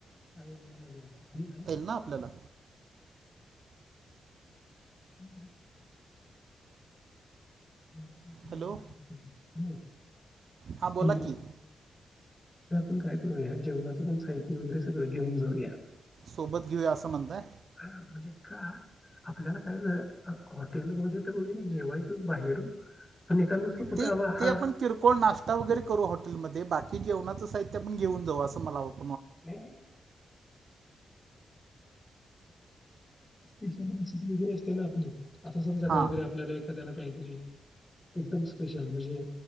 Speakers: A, on the left; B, on the right.
A: आ मज य आणि आपल्या
B: ना आपल्याला
A: <inaudible> म्हणज
B: हॅलो हां बोला
A: हॅलो
B: की
A: ण कायू जवणाचं पणह्य वगैरे सगळं घेऊन जाऊया
B: सोबत घेऊया असं म्हणताय
A: हा म्हणजे का आपल्याला काय हॉटेलमध्ये तर वगैरे जेवायचंच बाहेर पण एखाद दुसरं कुठं
B: ते
A: हवा हा
B: ते आपण किरकोळ नाश्ता वगैरे करू हॉटेलमध्ये बाकी तेी जेणाचं साह्यण घेऊन जाऊं असं मला वाटतं
A: नाही नाही स्पेशल प्रेसिपी वगैरे असते ना आपल्या असं समजा काहीतरी
B: हां
A: आपल्याला एखाद्याला काही एकदम स्पेशल म्हणजे